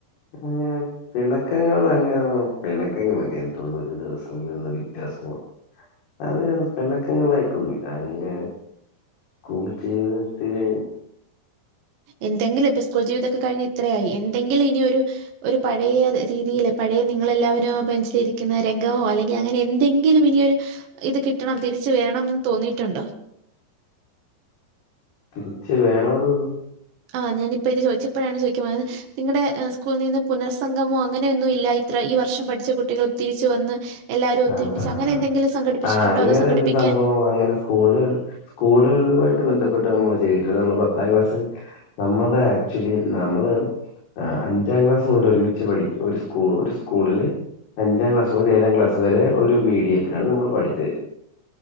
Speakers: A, on the left; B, on the right.
A: <unintelligible> പിണക്കങ്ങൾ അങ്ങനെ പിണക്കങ്ങളൊക്കെ എന്തോന്നു ഒരു ദിവസം നിന്ന് വ്യത്യാസം അത് പിണക്കങ്ങളായിട്ടൊന്നുമില്ല ഇങ്ങെ സ്കൂൾ ജീവിതത്തില്
B: എന്തെങ്കിലും ഇപ്പൊ സ്കൂൾ ജീവിതൊക്കെ കഴിഞ്ഞ് ഇത്രയായി എന്തെങ്കിലും ഇനി ഒരു ഒരു പഴയ രീതിയില് പഴയ നിങ്ങളെല്ലാവരും ആഹ് ബഞ്ചി ലിരിക്കുന്ന രംഗമോ അല്ലെങ്കിൽ അങ്ങനെ എന്തെങ്കും ലും ഇനിയൊരു ഇത് കിട്ടണം തിരിച്ച വേണംന്ന് തോന്നിയിട്ടുണ്ടോ
A: തിരിച്ച് വേണന്ന്
B: ആഹ് ഞാനിപ്പോ ഇത് ചോദിച്ചപ്പോഴാണ് ചോദിക്കും അത് നിങ്ങളുടെ സ്കൂളിൽ നിന്ന് പുനർസംഗമോ അങ്ങനെയൊന്നും ഇല്ല ഇത്ര ഈ വർഷം പഠിച്ച കുട്ടികൾ തിരിച്ചു വന്ന് എല്ലാവരും ഒത്തൊരുമിച്ച്
A: ആഹ്
B: അങ്ങനെ എന്തെങ്കിലും സംഘടിപ്പിച്ചിട്ടുണ്ടോ?
A: അങ്ങനെ
B: അതോ സംഘടിപ്പിക്കാൻ
A: ഒരു സംഭവം അങ്ങനെ സ്കൂളുകൾ സ്കൂളുകളുമായിട്ട് ബന്ധപ്പെട്ട് നമ്മള് ചെയ്തിട്ടില്ല നമ്മള് പത്താം ക്ലാസ്ൽ നമ്മള്ടെ ആക്ച്വലി നമ്മള് ആഹ് അഞ്ചാം ക്ലാസ് മുതൽ ഒരുമിച്ച് പഠിക്കും ഒരു സ്കൂ ഒരു സ്കൂളില് അഞ്ചാം ക്ലാസ് മുതൽ ഏഴാം ക്ലാസ് വരെ ഒരു മീഡിയത്തിലാണ് നമ്മൾ പഠിച്ചത്